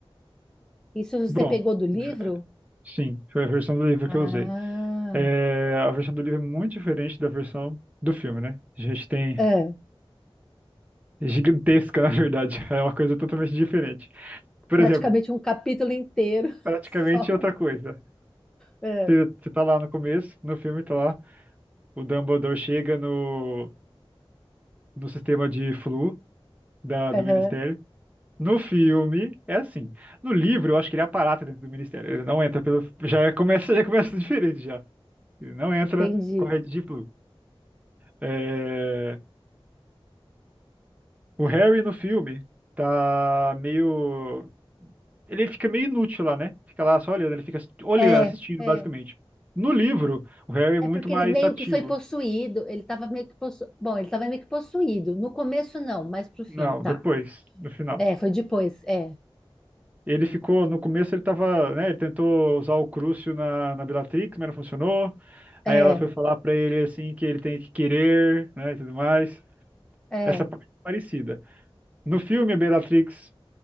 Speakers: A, in the centre; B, on the right (about 15°).
A: Isso você
B: Bom,
A: pegou do livro?
B: é, sim, foi a versão do livro
A: Ah,
B: que eu usei. É, a versão do livro é muito diferente da versão do filme, né? A gente tem
A: é,
B: é gigantesca, <laughs> na verdade. É uma coisa totalmente diferente. Por
A: praticamente
B: exemplo,
A: um capítulo inteiro
B: praticamente
A: <laughs> só.
B: outra coisa.
A: É,
B: Você, você tá lá no começo, no filme tá lá, o Dumbledore chega no, no sistema de flu da, do
A: aham,
B: Ministério. No filme, é assim. No livro, eu acho que ele aparata dentro do ministério. Ele não entra pelo. Já é, começa, <laughs> já começa diferente já. Ele não entra
A: entendi.
B: com a Red Deep Blue. É, O Harry no filme tá meio. Ele fica meio inútil lá, né? Fica lá só olhando, ele fica olhando,
A: É,
B: assistindo,
A: é.
B: basicamente. No livro, o Harry é
A: É
B: muito
A: porque
B: mais
A: ele meio
B: ativo.
A: que foi possuído, ele tava meio que possu... Bom, ele tava meio que possuído. No começo não, mas pro fim,
B: Não,
A: tá.
B: depois, no final.
A: É, foi depois, é.
B: Ele ficou, no começo ele tava, né, ele tentou usar o Crucio na, na Bellatrix, mas não funcionou. Aí
A: É,
B: ela foi falar pra ele, assim, que ele tem que querer, né, e tudo mais.
A: é.
B: Essa parte é parecida. No filme, a Bellatrix